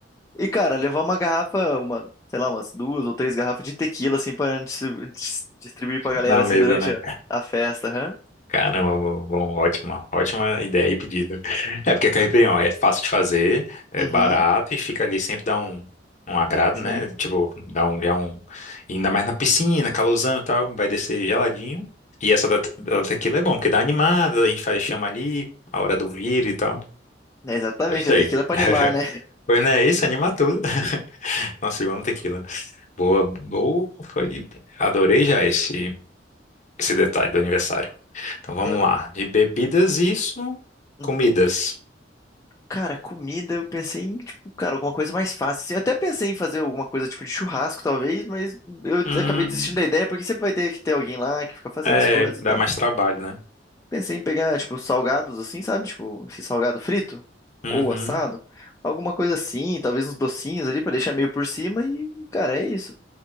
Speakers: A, on the left (about 15°); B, on the left (about 40°).
A: E, cara, levar uma garrafa, uma, sei lá, umas duas ou três garrafas de tequila, assim, pra dis- dis- distribuir pra galera,
B: Na
A: assim,
B: mesa,
A: durante
B: né?
A: a, a festa, aham.
B: Caramba, bom, bom, ótima, ótima ideia e pedido. É porque a caipirinha, ó, é fácil de fazer, é
A: Uhum,
B: barato e fica ali sempre dá um, um agrado,
A: sim.
B: né? Tipo, dá um, já um, e ainda mais na piscina, calorzão e tal, vai descer geladinho. E essa da, da tequila é bom, porque dá animada, a gente faz chama ali, a hora do vir e tal.
A: É exatamente,
B: Gostei.
A: a tequila é pra
B: <laughs>
A: animar, né?
B: Pois não é isso, anima tudo. <laughs> Nossa, eu amo tequila. Boa, boa, foi. Adorei já esse, esse detalhe do aniversário. Então vamos
A: Eu-
B: lá. De bebidas, isso. Comidas.
A: uhum. Cara, comida, eu pensei em, tipo, cara, alguma coisa mais fácil. assim. Eu até pensei em fazer alguma coisa tipo de churrasco, talvez, mas eu
B: Hum,
A: acabei desistindo da ideia, porque sempre vai ter que ter alguém lá que fica fazendo
B: é,
A: as coisas e
B: dá
A: tal.
B: mais trabalho, né?
A: Pensei em pegar, tipo, salgados assim, sabe? Tipo, esse salgado frito
B: Uhum.
A: ou assado. Alguma coisa assim, talvez uns docinhos ali pra deixar meio por cima e, cara, é isso.